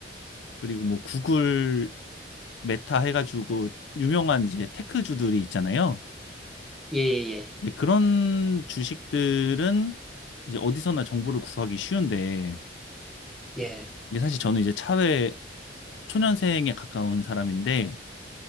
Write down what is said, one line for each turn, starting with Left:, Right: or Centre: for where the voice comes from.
Left: 그리고 뭐 구글 메타 해가지고 유명한 이제 테크주들이 있잖아요.
Centre: 예, 예,
Left: 근데 그런 주식들은 이제 어디서나 정보를 구하기 쉬운데
Centre: 예,
Left: 이게 사실 저는 이제 차회 초년생에 가까운 사람인데